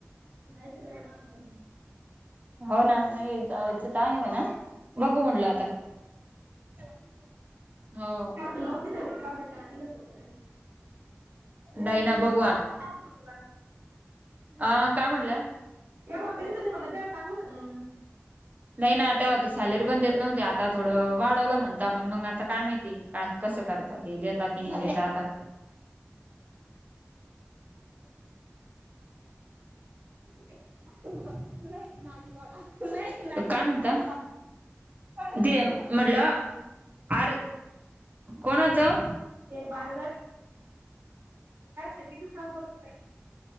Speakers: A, on the right; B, on the right.
A: जायचं <unintelligible> झाली.
B: हो ना, नाही जायचं तर आहे म्हणा, बघू म्हटलं आता. <inaudible> हो.
A: <unintelligible>
B: नाही ना बघू
A: तुला
B: आ काय म्हणल्या?
A: तेव्हा घरीच होते मला, तेव्हा चांगलं होतं म्हणून.
B: नाही ना, तेव्हा ते सॅलरी पण देत नव्हत्या आता थोडं वाढवलं म्हणता पण मंग आता काय माहिती काय कसं करता ते देता कि नाही देता आता.
A: ते
B: <unintelligible> नाही माजी वाडा नाही काय म्हणता देइ म्हटलं अर कोणाचं?
A: ते <inaudible> जे बॅगस आहे किती. <unintelligible>